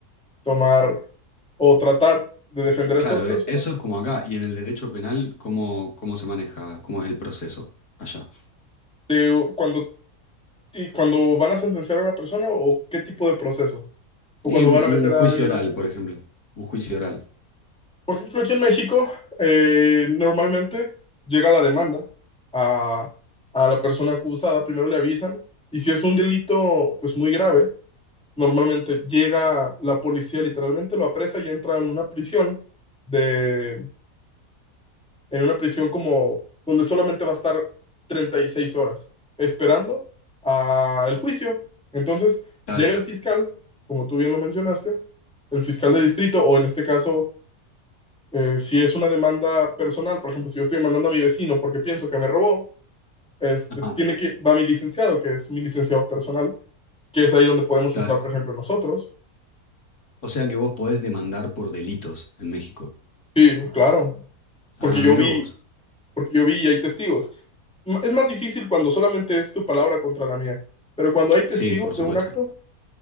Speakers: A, in the centre; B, on the left (about 85°).
A: tomar o tratar de defender a
B: Claro,
A: estas personas
B: e- eso es como acá. Y en el derecho penal, ¿cómo, cómo se maneja? ¿Cómo es el proceso allá?
A: de cuando, y cuando van a sentenciar a una persona o qué tipo de proceso? ¿O
B: Y
A: cuando
B: un
A: van a
B: un
A: meter
B: juicio
A: a alguien
B: oral,
A: en penal?
B: por ejemplo. Un juicio oral.
A: Por ejemplo, aquí en México, eh, normalmente llega la demanda a, a la persona acusada, primero le avisan, y si es un delito pues muy grave, normalmente llega la policía literalmente, lo apresa y entra en una prisión de, en una prisión como donde solamente va a estar 36 horas esperando al juicio. Entonces
B: Claro,
A: llega el fiscal, como tú bien lo mencionaste, el fiscal de distrito, o en este caso, eh, si es una demanda personal, por ejemplo, si yo estoy demandando a mi vecino porque pienso que me robó, este,
B: ajá,
A: tiene que, va mi licenciado, que es mi licenciado personal, que es ahí donde podemos
B: claro.
A: entrar, por ejemplo, nosotros.
B: O sea que vos podés demandar por delitos en México.
A: Sí, claro,
B: Ah,
A: porque yo
B: mira
A: vi,
B: vos.
A: porque yo vi y hay testigos. M- Es más difícil cuando solamente es tu palabra contra la mía, pero cuando hay testigos
B: Sí, por supuesto.
A: de un acto,